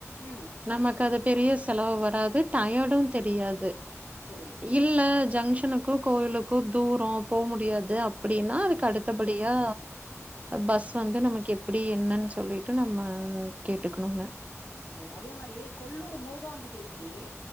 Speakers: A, on the left (about 75°); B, on the right (about 25°).
A: ம்
B: நமக்கு அது பெரிய செலவு வராது டயடு தெரியாது
A: சரி
B: இல்ல ஜங்ஷனுக்கு கோயிலுக்கு தூர போ முடியாது அப்டினா அதுக்கு அடுத்தபடியா பஸ் வந்து நமக்கு எப்டி என்னன் சொல்லிட்டு நம்ம கேட்டுகுணுங்க
A: செரி அதே மாரி கொல்லூர் மூகாம்பிகை கி